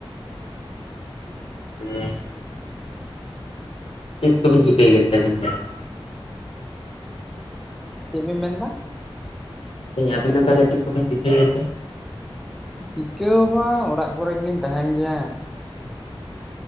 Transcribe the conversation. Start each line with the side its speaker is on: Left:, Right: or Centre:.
Left: <unintelligible> ᱪᱮᱫ ᱠᱚᱵᱤᱱ ᱪᱤᱠᱟᱹᱭ ᱜᱮᱛᱮ ᱟᱹᱵᱤᱱ ᱫᱚ?
Centre: ᱪᱮᱫ ᱵᱤᱱ ᱢᱮᱱᱫᱟ?
Left: ᱫᱟᱹᱧ ᱟᱯᱮ ᱫᱚ ᱛᱟᱦᱚᱞᱮ ᱪᱮᱫ ᱠᱚ ᱯᱮ ᱪᱤᱠᱟᱹᱭ ᱜᱮ ᱛᱮ?
Centre: ᱪᱤᱠᱟᱹ ᱦᱚᱸ ᱵᱟᱝ ᱚᱲᱟᱜ ᱠᱚᱨᱮ ᱜᱮᱞᱤᱧ ᱛᱟᱦᱮᱱ ᱜᱮᱭᱟ᱾